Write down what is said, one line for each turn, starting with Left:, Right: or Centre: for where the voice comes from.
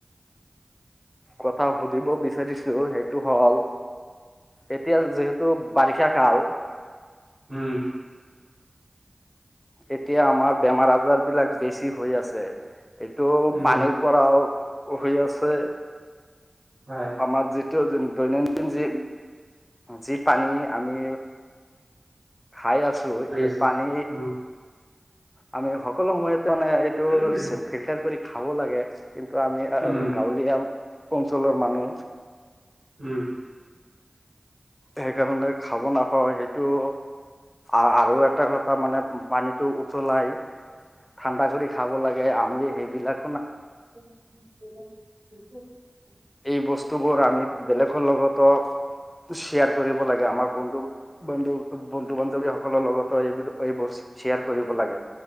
Left: কথা সুধিবা বিচাৰিছো সেইটো হ'ল এতিয়া যিহেতু বাৰিষা কাল
Right: উম।
Left: এতিয়া আমাৰ বেমাৰ আজাৰ বিলাক বেছি হৈ আছে। এইটো
Right: উম,
Left: পানীৰ পৰাও হৈ আছে,
Right: হয়
Left: আমাৰ যি দৈনন্দিন যি যি পানী আমি খাই আছো
Right: কৰি
Left: এই
Right: আছে
Left: পানী
Right: উম,
Left: আমি সকলো সময়তে মানে এইটো
Right: উম,
Left: ফিল্টাৰ কৰি খাব লাগে কিন্তু আমি
Right: উম।
Left: গাঁৱলীয়া অঞ্চলৰ মানুহ।
Right: উম।
Left: সেইকাৰণে খাব নাপাওঁ সেইটো। আৰু এটা কথা মানে পানীটো উতলাই।
Right: <inaudible>
Left: ঠাণ্ডা কৰি খাব লাগে আমিয়ে সেইবিলাক
Right: <unintelligible>
Left: এই বস্তুবোৰ আমি বেলেগৰ লগতো শ্বেয়াৰ কৰিব লাগে আমাৰ বন্ধু বন্ধু বন্ধু বান্ধৱী সকলৰ লগতো এইবোৰ এইবোৰ শ্বেয়াৰ কৰিব লাগে